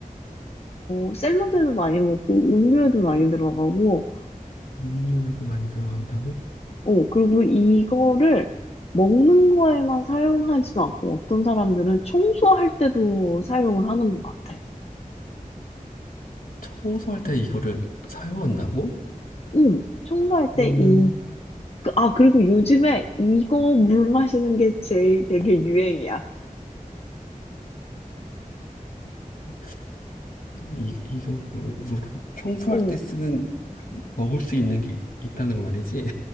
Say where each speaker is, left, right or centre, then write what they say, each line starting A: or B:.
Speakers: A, on the left; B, on the left.
A: 어, 샐러드에도 많이 먹고, 음료에도 많이 들어가고,
B: 음료에도 많이 들어간다고?
A: 어, 그리고 이거를 먹는 거에만 사용하지도 않고, 어떤 사람들은 청소할 때도 사용을 하는 것 같아.
B: 청소할 때 이거를 사용한다고?
A: 응, 청소할
B: 그러면,
A: 때이 그- 아, 그리고 요즘에 이거 물 마시는 게 제일 되게 유행이야.
B: 통- 이, 이거 물, 물, 청소할
A: 어,
B: 때 쓰는, 먹을 수 있는 게 있- 있다는 말이지?